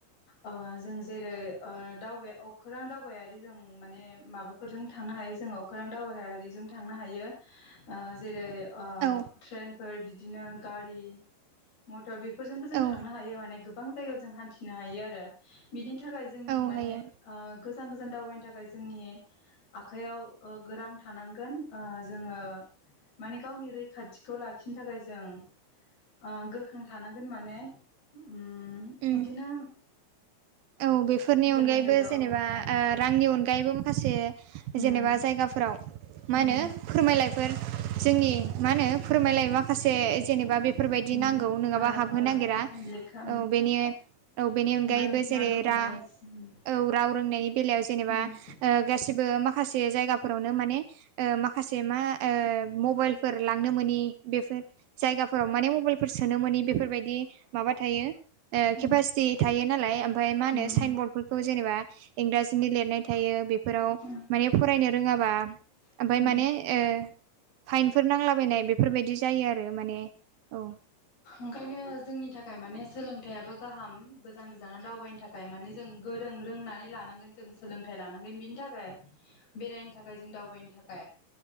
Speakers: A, on the left; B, on the right.
A: ओ जों जेरै ओ दावबाय अखोरां दावबायारि जों माने माबाफोरजों थांनो हायो जोङो अखोरां दावबायारिजों थांनो हायो। ओ जेरै ओ
B: औ
A: ट्रेनफोर बिदिनो गारि मटर बेफोरजोंबो जों
B: औ
A: थांनो हायो माने गोबां जायगायाव जों हान्थिनो हायो आरो। बिनि थाखाय जोंनि
B: औ
A: माने
B: हायो
A: गोजान गोजान दावबायनो थाखाय जोंनि आखाइयाव गो रां थानांगोन जोङो माने गावनि रैखाथिखौ ला <unintelligible> थाखाय जों ओ गोख्रों थानांगोन माने। उम
B: उम
A: बिदिनो
B: औ बेफोरनि
A: गोजान
B: अनगायैबो
A: जायगायाव
B: जेनेबा
A: औ औ
B: रांनि अनगायैबो माखासे
A: उम
B: जेनेबा जायगाफोराव
A: उम
B: मा होनो फोरमायलायफोर जोंनि मा होनो फोरमायलायो माखासे जेनेबा बेफोरबायदि
A: उम
B: नांगौ नङाबा
A: ओं
B: हाबहोनो
A: ओं
B: नागिरा।
A: लेखा
B: औ बेनि औ बेनि अनगायैबो
A: बायदिसिना
B: जेरै
A: डकुमेन्टस
B: रा
A: उम
B: औ राव रोंनायनि बेलायाव जेनेबा
A: उम
B: ओ गासिबो माखासे जायगाफोरावनो माने ओ माखासे मा ओ मबाइलफोर लांनो मोनि बेफोर जायगाफोराव माने मबाइल सोनो मोनि बेफोरबायदि माबा थायो ओ
A: उम
B: केपासिटि थायो नालाय ओमफ्राय मा होनो
A: उम
B: साइ बदफोरखौ जेनेबा इंराजिनि लिरनाय थायो बे फोराव
A: उम
B: माने फरायनो रोङाबा
A: उम
B: ओमफाय माने ओ फाइनफोर नांलाबायनाय बेफोरबायदि जायो आरो माने औ।
A: ओंखायनो जोंनि थाखाय माने सोलोंथाइयाबो गाहाम गोजान गोजानाव दावबायनो था खाय माने जों गोरों रोंनानै लानांगोन जों सोलोंथाइ लानांगोन बिनि थाखाय बेरायनो थाखाय जों दावबायनो थाखाय।